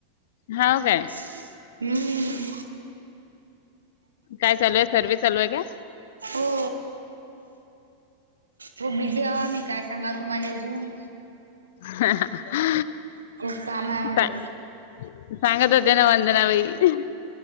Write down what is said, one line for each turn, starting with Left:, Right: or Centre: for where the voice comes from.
Left: हाव काय?
Right: हम्म.
Left: काय चालू आहे? सर्व्हिस चालू आहे काय?
Right: हो. हो बिझी हवा मी काय सांगाल तुम्हालेखनले अजून
Left: ह हा हा
Right: खूप काम आहे आम्हाला
Left: सां - सांगत होत्या ना वंदना बाई